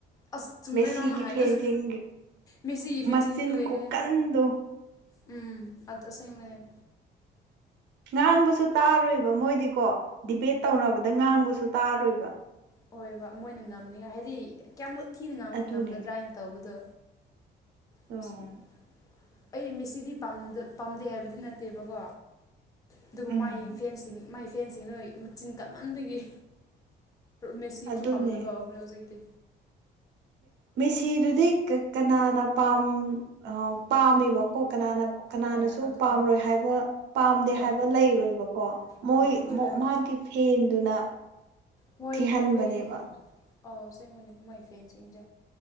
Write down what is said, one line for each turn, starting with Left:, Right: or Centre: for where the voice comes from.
Left: ꯑꯁ ꯆꯨꯝꯃꯦ
Right: ꯃꯦꯁꯤꯒꯤ
Left: ꯅꯪꯅ ꯍꯥꯏꯕꯗꯣ
Right: ꯐꯦꯟꯁꯤꯡ
Left: ꯃꯦꯁꯤꯒꯤ ꯐꯦꯟꯁꯤꯡꯗꯤ
Right: ꯃꯆꯤꯟ
Left: ꯂꯣꯏꯔꯦ
Right: ꯀꯀꯟꯗꯣ
Left: ꯎꯝ ꯑ ꯑ ꯃꯅꯦ
Right: ꯉꯥꯡꯕꯁꯨ ꯇꯥꯔꯣꯏꯕ ꯃꯣꯏꯗꯤꯀꯣ ꯗꯤꯕꯦꯠ ꯇꯧꯅꯕꯗ ꯉꯥꯡꯕꯁꯨ ꯇꯥꯔꯣꯏꯕ
Left: ꯍ ꯕ ꯃꯣꯏꯅ ꯉꯝꯅꯤꯉꯥꯏ ꯍꯥꯏꯗꯤ ꯀꯌꯥꯝꯃꯨꯛ ꯊꯤꯅ ꯉꯥꯡꯕ
Right: ꯑꯗꯨꯅꯦ
Left: ꯉꯝꯒꯗ꯭ꯔꯥ ꯍꯥꯏꯅ ꯇꯧꯕꯗꯣ
Right: ꯎꯝ
Left: <inaudible> ꯑꯩ ꯃꯦꯁꯤꯗꯤ ꯄꯥꯝꯗꯦ ꯍꯥꯏꯕꯗꯤ ꯅꯠꯇꯦꯕꯀꯣ ꯑꯗꯨꯒ
Right: ꯎꯝ
Left: ꯃꯥꯏ ꯐꯦꯟꯁꯤꯡ ꯃꯥꯏ ꯐꯦꯟꯁꯤꯡꯗ ꯃꯆꯤꯟ ꯀꯥꯞꯃꯟꯕꯒꯤ ꯃꯦꯁꯤꯕꯨꯁꯨ
Right: ꯑꯗꯨꯅꯦ
Left: ꯄꯥꯝꯗꯕ ꯍꯧꯎꯈ꯭ꯔꯦ ꯍꯧꯖꯤꯛꯇꯤ
Right: ꯃꯦꯁꯤꯗꯨꯗꯤ ꯀꯅꯥꯅ ꯄꯝ ꯄꯥꯝꯃꯦꯕꯀꯣ ꯀꯅꯥꯅ ꯀꯅꯥꯅꯁꯨ
Left: ꯍꯣꯏ ꯑꯗꯨꯅꯦ
Right: ꯄꯥꯝꯔꯣꯏ ꯍꯥꯏꯕ ꯄꯥꯝꯗꯦ
Left: ꯍꯣꯏ
Right: ꯍꯥꯏꯕ ꯂꯩꯔꯣꯏꯕꯀꯣ ꯃꯣꯏ
Left: ꯍꯣꯏ ꯑꯩꯈꯣꯏꯕꯨ ꯌꯥꯝ
Right: ꯃꯥꯒꯤ ꯐꯦꯟꯗꯨꯅ
Left: ꯍꯣꯏ
Right: ꯊꯤꯍꯟꯕꯅꯦꯕ
Left: ꯍꯣꯏꯅꯦ ꯑꯧ ꯁꯤꯦꯡꯕꯨꯅꯦ ꯃꯣꯏ ꯐꯦꯟꯁꯤꯡꯁꯦ